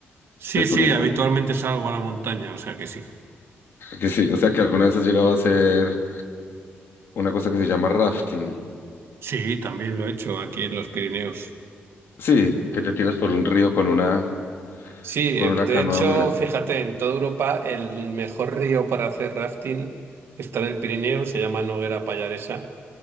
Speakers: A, on the right; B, on the left.
A: Sí,
B: de turismo,
A: sí, habitualmente salgo a la montaña, o sea que sí.
B: que sí, o sea que alguna vez has llegado a hacer una cosa que se llama rafting,
A: Sí, también lo he hecho aquí en los Pirineos.
B: sí, que te tiras por un río con una,
A: Sí,
B: con
A: eh,
B: una
A: de
B: canoa
A: hecho,
B: muy grande.
A: fíjate, en toda Europa el mejor río para hacer rafting está en el Pirineo, se llama Noguera Pallaresa